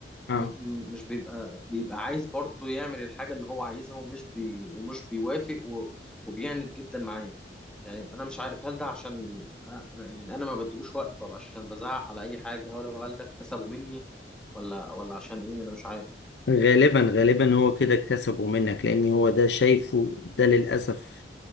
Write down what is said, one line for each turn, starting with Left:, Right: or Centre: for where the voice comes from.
Left: اه
Centre: م- م- مش بيبقى بيبقى عايز برضه يعمل الحاجة اللي هو عايزها ومش بي ومش بيوافق و- وبيعند جدا معايا يعني أنا مش عارف هل ده عشان آه، يعني أنا ما بدلوش وقت ولا عشان بزعق على أي حاجة ولا هل ده اكتسبه مني ولا ولا عشان إيه أنا مش عارف
Left: غالبا غالبا هو كده اكتسبه منك لان هو ده شايفه ده للأسف